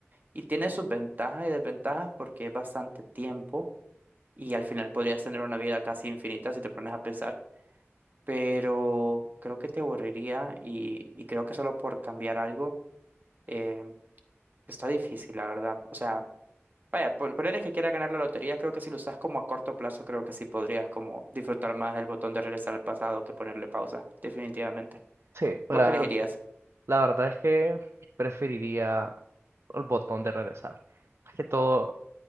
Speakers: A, on the right; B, on the right.
A: Y tiene sus ventajas y desventajas porque es bastante tiempo y al final podrías tener una vida casi infinita si te pones a pensar. Pero creo que te aburriría y, y creo que solo por cambiar algo eh, está difícil, la verdad. O sea, Vaya, pon- ponerle que quiera ganar la lotería, creo que si lo usas como a corto plazo, creo que sí podrías como disfrutar más el botón de regresar al pasado que ponerle pausa, definitivamente.
B: Sí, para,
A: ¿Vos qué elegirías?
B: la verdad es que preferiría el botón de regresar. Más que todo,